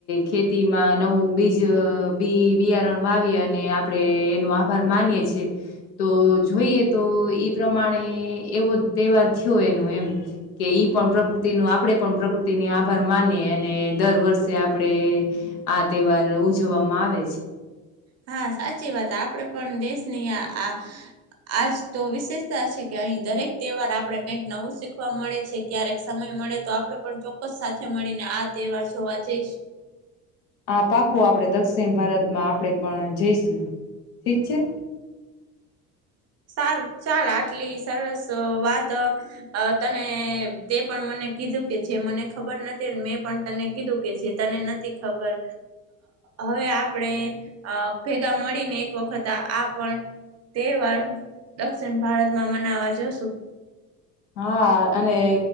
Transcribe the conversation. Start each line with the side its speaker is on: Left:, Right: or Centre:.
Left: ખેતીમાં નવું બી બી બિયારણ વાવી અને આપણે એનો આભાર માનીએ છીએ તો જો જોઈએ તો ઈ પ્રમાણે એવો તહેવાર થયો એનું એમ કે ઈ પણ પ્રકૃતિ આપે પણ પ્રકૃતિની આભાર માની અને દર વર્ષે આપણેે આ તહેવાર ઉજવવામાં આવે છે
Right: હા સાચી વાત આપડે પણ દેશની આ આજ તો વિશેષતા છે કે અહી દરેક તહેવાર આપડે કઈક નવું શીખવા મળે છે ક્યારેક સમય મળે તો આપે પણ ચોક્કસ સાથે મળીને આ તહેવાર જોવા જઈશું
Left: આ પાકો આપણે દક્ષિણ ભારતમાં આપણે પણ જઈશું ઠીક છે
Right: <inaudible> સારું ચાલ આટલી સરસ વાત તને તે પણ મને કીધું કે જે મને ખબર નથી મેં પણ તને કીધું કે જે તને નથી ખબર હવે આપણેે ભેગા મળીને એક વખત આ પણ તહેવાર દક્ષિણ ભારતમાં મનાવા જશું
Left: હા અને